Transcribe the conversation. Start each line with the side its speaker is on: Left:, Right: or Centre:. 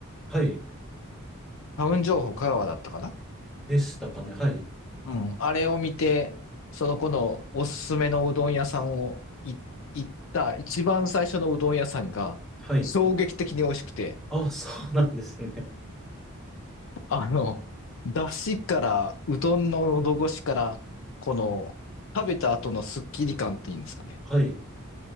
Centre: はい、
Left: タウン情報香川だったかな
Centre: でしたかね。はい、
Left: うん。あれを見て、その子のおすすめのうどん屋さんをい行った一番最初のうどん屋さんが衝撃的に美味しくて、
Centre: はい。あ、そうなんですね。
Left: あの、だしから、うどんの喉越しから、この、食べた後のスッキリ感っていうんですかね。
Centre: はい、